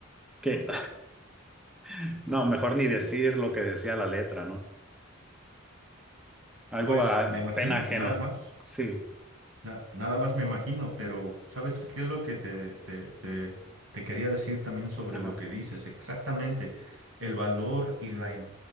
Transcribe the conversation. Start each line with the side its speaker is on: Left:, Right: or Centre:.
Centre: Que <laughs> no, mejor ni decir lo que decía la letra, ¿no? Algo
Right: pues
Centre: a
Right: me imagino,
Centre: pena ajena.
Right: nada más.
Centre: Sí,
Right: Na- nada más me imagino, pero ¿sabes qué es lo que te, te, te, te quería decir también sobre
Centre: ajá,
Right: lo que dices? Exactamente, el valor y la im-